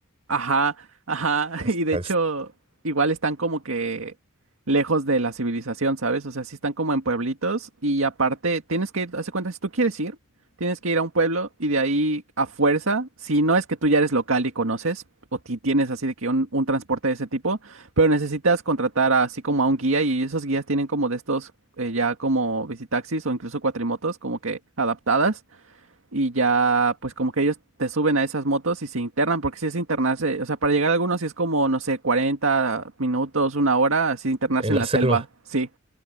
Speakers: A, on the right (about 80°); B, on the right (about 30°).
A: Ajá, ajá,
B: hasta
A: <laughs> y de hecho,
B: es-
A: igual están como que lejos de la civilización, ¿sabes? O sea, sí están como en pueblitos y aparte tienes que ir, hace cuenta, si tú quieres ir, tienes que ir a un pueblo y de ahí a fuerza, si no es que tú ya eres local y conoces o ti tienes así de que un, un transporte de ese tipo, pero necesitas contratar así como a un guía y esos guías tienen como de estos eh, ya como visitaxis o incluso cuatrimotos como que adaptadas y ya pues como que ellos te suben a esas motos y se internan, porque si es internarse, o sea, para llegar a algunos sí es como, no sé, 40 minutos, una hora, así internarse
B: en
A: en
B: la
A: la
B: selva.
A: selva, sí,